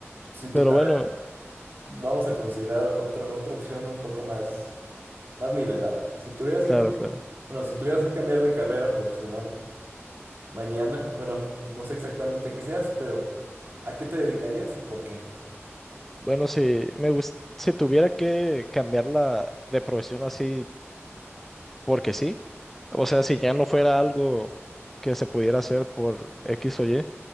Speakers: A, on the right; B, in the centre.
A: Si tu-
B: Pero
A: a
B: bueno,
A: ver, vamos a considerar otra, otra opción un poco más, más nivelada. Si tuvieras
B: claro,
A: que, con-
B: claro.
A: bueno, si tuvieras que cambiar de carrera profesional mañana, bueno, no sé exactamente qué seas, pero ¿a qué te dedicarías y por qué?
B: Bueno, si me gust- si tuviera que cambiarla de profesión así porque sí. O sea, si ya no fuera algo que se pudiera hacer por X o Y,